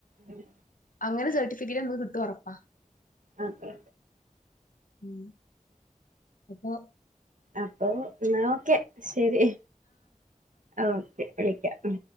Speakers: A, on the right; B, on the left.
A: ഉം
B: അങ്ങനെ സർട്ടിഫിക്കറ്റ് നമ്മക്ക് കിട്ടുഉറപ്പാ
A: അതെ
B: ഉം അപ്പൊ
A: അപ്പൊ ന ഒക്കെ ശരി ഓക്കെ വിളിക്കാം ഉ